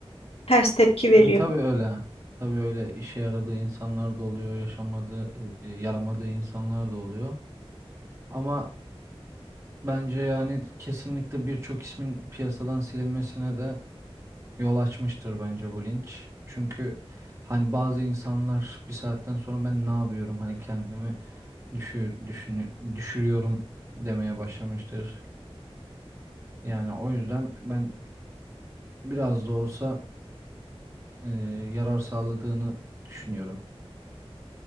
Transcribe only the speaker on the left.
Ters tepki veriyor.